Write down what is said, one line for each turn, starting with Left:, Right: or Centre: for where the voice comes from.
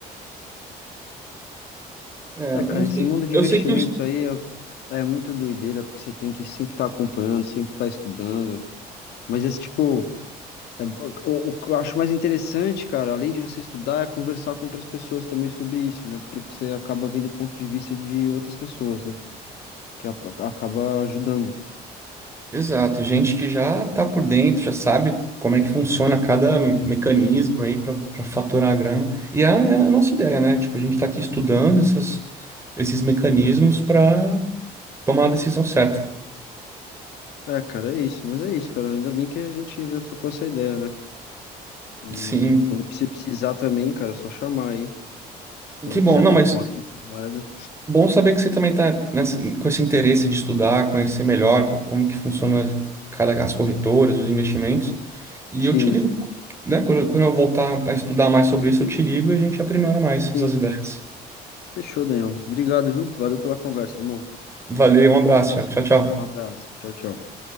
Right: É, eu
Left: É, cara,
Right: não sei.
Left: esse mundo de
Right: Eu
Left: investimento
Right: sei que os.
Left: aí é, é muito doideira, porque você tem que sempre estar acompanhando, sempre estar estudando. Mas esse tipo, é, o, o que eu acho mais interessante, cara, além de você estudar, é conversar com outras pessoas também sobre isso, né? Porque você acaba vendo o ponto de vista de outras pessoas, né? Que a- acaba ajudando.
Right: Exato, gente que já tá por dentro, já sabe como é que funciona cada mecanismo
Left: Sim.
Right: aí para para faturar a grana. E é, é a nossa ideia, né? Tipo, a gente tá aqui estudando essas, esses mecanismos para tomar a decisão certa.
Left: É, cara, é isso. Mas é isso, cara. Ainda bem que a gente já trocou essa ideia, né? E
Right: Sim,
Left: quando você precisar também, cara, é só chamar aí. Quando
Right: que bom.
Left: quiser
Right: Não,
Left: comprar
Right: mas
Left: uma criptomoeda.
Right: bom saber que você também está nessa- com esse interesse de estudar, conhecer melhor co- como que funciona cada as corretoras, os investimentos. E
Left: Sim,
Right: eu te ligo, né? Quando, eu- quando eu voltar a estudar mais sobre isso, eu te ligo e a gente aprimora mais
Left: sim.
Right: essas ideias.
Left: Fechou, Daniel. Obrigado, viu? Valeu pela conversa, irmão.
Right: Valeu, um abraço, Thiago. Tchau, tchau.
Left: Um abraço. Tchau, tchau.